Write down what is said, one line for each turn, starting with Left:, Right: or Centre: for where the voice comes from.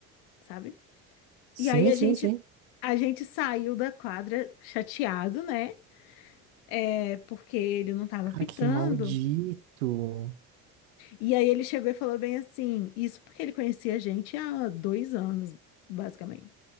Left: sabe?
Right: Sim,
Left: E aí a
Right: sim,
Left: gente,
Right: sim.
Left: a gente saiu da quadra chateado, né? É, porque ele não tava
Right: Cara,
Left: apitando.
Right: que maldito.
Left: E aí ele chegou e falou bem assim, isso porque ele conhecia a gente há dois anos, basicamente.